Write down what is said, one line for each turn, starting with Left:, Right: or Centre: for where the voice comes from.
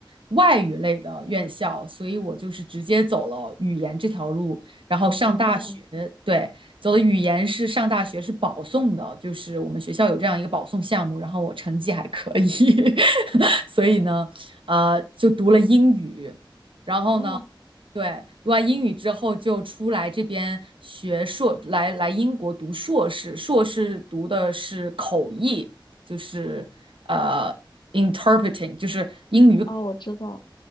Right: 外语类的院校，所以我就是直接走了语言这条路，然后上大学，
Left: 哦
Right: 对，走的语言是上大学是保送的，就是我们学校有这样一个保送项目，然后我成绩还可以，<laughs> 所以呢。呃，就读了英语，然后呢，
Left: 哦
Right: 对，读完英语之后就出来这边学硕，来来英国读硕士，硕士读的是口译，就是呃 interpreting，就是英，
Left: 哦，我知道。